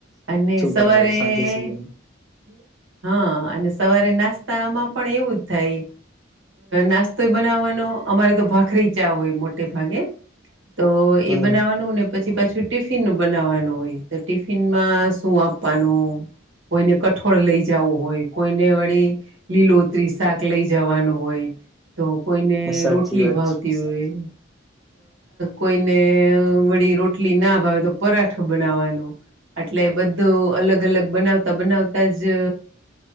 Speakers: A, on the right; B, in the centre.
A: અને સવારે
B: બનાવું
A: હા,
B: સાંજે શું બનાવું.
A: અને સવારે નાસ્તામાં પણ એવું જ થાય નાસ્તો બનાવવાનો અમારે તો ભાખરી ચા હોય મોટે ભાગે તો
B: હમ
A: એ બનાવવાનું ને પછી પાછું ટિફિન નું બનાવવાનું હોય. તો ટિફિનમાં શું આપવાનું કોઈને કઠોળ લઈ, જવું હોય કોઈને વળી લીલોતરી શાક લઈ, જવાનું હોય. તો કોઈને
B: સાચી
A: રોટલી
B: વાત
A: ભાવતી
B: છે
A: હોય. કોઈને વળી રોટલીના ભાવે, તો પરાઠું બનાવવાનું એટલે બધું અલગ, અલગ બનાવતા બનાવતા જ